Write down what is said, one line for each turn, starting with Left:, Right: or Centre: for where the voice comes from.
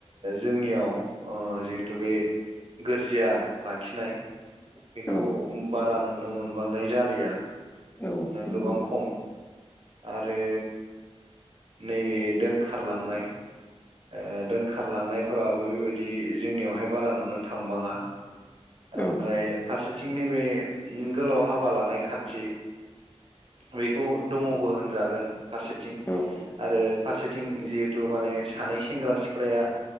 Right: जोंनियाव जिहेथु बे गोरजिया लाखिनाय बेखौ
Left: औ
Right: बारा नुनो मोनबांनाय जालिया
Left: औ नंगौ
Right: गोबां खम आरो नैबे दोनखारलांनाय। ओ दोनखारलांनायफोराबो बेबायदि जोंनियावहाय बारा नुनो थांबाङा ओमफ्राय
Left: औ
Right: फारसेथिंनि बे गोलाव हाबा लानाय खान्थि बेखौ दङबो होनजागोन फारसेथिं
Left: औ
Right: आरो फारसेथिं जिहेथु माने सानै सेंग्रा सिख्लाया